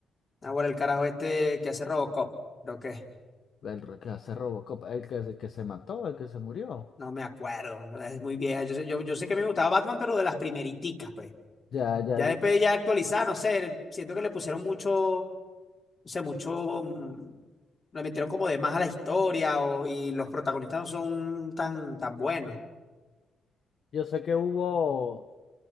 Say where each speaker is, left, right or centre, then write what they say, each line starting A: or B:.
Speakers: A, on the left (about 40°); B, on the left (about 60°).
A: ahora el carajo este que hace Robocop, creo que es.
B: El re- que hace Robocop, el que, se- que se mató, el que se murió.
A: No me acuerdo, en verdad, es muy vieja. Yo, sé- yo, yo sé que a mí me gustaba Batman, pero de las primeriticas, pues.
B: Ya, ya,
A: Ya
B: yo,
A: después ya actualizada, no sé, siento que le pusieron mucho, no sé, mucho, mm, le metieron como de más a la historia o- y los protagonistas no son tan, tan buenos.
B: yo sé que hubo,